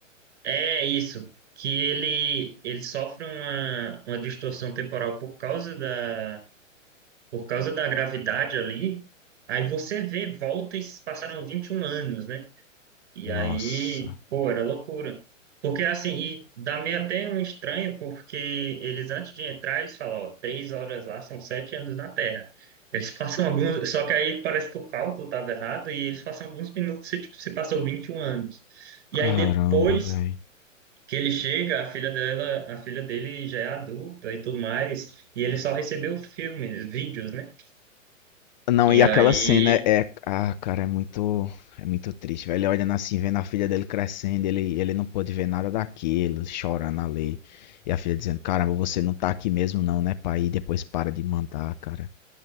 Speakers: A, on the right; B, on the left.
A: é isso, que ele, ele sofre uma, uma distorção temporal por causa da, por causa da gravidade ali, aí você vê, volta e se passaram 21 anos, né? E
B: Nossa.
A: aí, pô, era loucura. Porque assim, e dá meio até um estranho, porque eles antes de entrar, eles falam, ó, três horas lá são sete anos na Terra. Eles <laughs> passam alguns. Só que aí parece que o cálculo estava errado e eles passam alguns minutos se, tipo, se passou 21 anos. E
B: Caramba,
A: aí depois
B: velho.
A: que ele chega, a filha dela, a filha dele já é adulta e tudo mais, e ele só recebeu filmes, vídeos, né?
B: Não,
A: E
B: e
A: aí,
B: aquela cena é. é, Ah, cara, é muito. É muito triste, velho. Ele olhando assim, vendo a filha dele crescendo, ele, ele não pôde ver nada daquilo, chorando ali. E a filha dizendo: Caramba, você não tá aqui mesmo, não, né, pai? E depois para de mandar, cara.